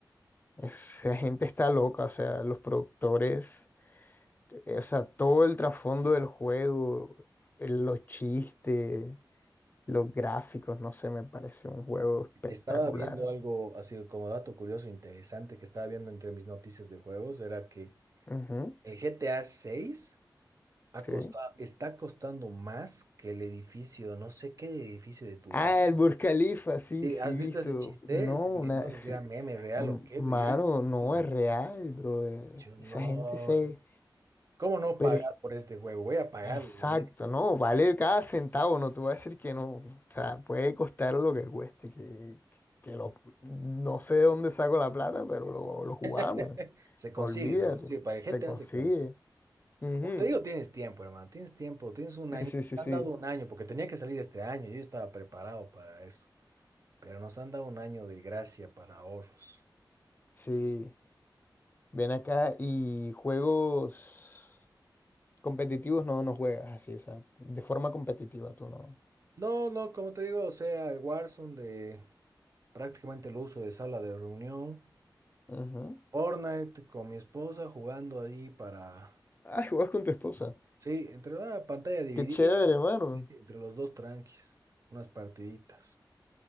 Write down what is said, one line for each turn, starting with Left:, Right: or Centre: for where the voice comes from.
Left: Esa
Right: Sí.
Left: gente está loca, o sea, los productores, eh, o sea, todo el trasfondo del juego, eh, los chistes, los gráficos, no sé, me parece un juego espectacular.
Right: Estaba viendo algo así como dato curioso, interesante que estaba viendo entre mis noticias de juegos, era que
Left: Ujú,
Right: el GTA seis Ha
Left: sí.
Right: costa- está costando más que el edificio, no sé qué edificio de tu
Left: Ah,
Right: banco.
Left: el Burj Khalifa, sí,
Right: Sí,
Left: sí,
Right: ¿has
Left: visto.
Right: visto ese chiste?
Left: No,
Right: Ese
Left: una,
Right: me- no sé
Left: sí.
Right: si era meme real
Left: M-
Right: o qué,
Left: Mano,
Right: pero yo, dije, "Este-
Left: no es real, bro.
Right: yo, no,
Left: Esa gente se...
Right: hermano, ¿cómo no
Left: Pero
Right: pagar
Left: es
Right: por este juego? Voy a pagarlo.
Left: Exacto,
Right: ¿no?
Left: no, vale cada centavo, no te voy a decir que no, o sea, puede costar lo que cueste, que, que lo, no sé de dónde saco la plata, pero lo, lo jugamos,
Right: <laughs> Se consigue,
Left: olvídate,
Right: se consigue, para el
Left: se
Right: GTA
Left: consigue.
Right: se consigue.
Left: Ujú.
Right: Como te digo, tienes tiempo, hermano, tienes tiempo, tienes un
Left: Sí,
Right: año,
Left: sí,
Right: te
Left: sí,
Right: han
Left: sí,
Right: dado un año, porque tenía que salir este año, yo estaba preparado para eso, pero nos han dado un año de gracia para ahorros.
Left: sí, ven acá y juegos competitivos no, no juegas así, o sea, de forma competitiva tú no.
Right: No, no, como te digo, o sea, el Warzone de Prácticamente lo uso de sala de reunión.
Left: Ujú.
Right: Fortnite con mi esposa jugando ahí para...
Left: Ay, juegas con tu esposa,
Right: Sí, entre una pantalla dividida,
Left: qué chévere, hermano,
Right: entre los dos tranquis, unas partiditas.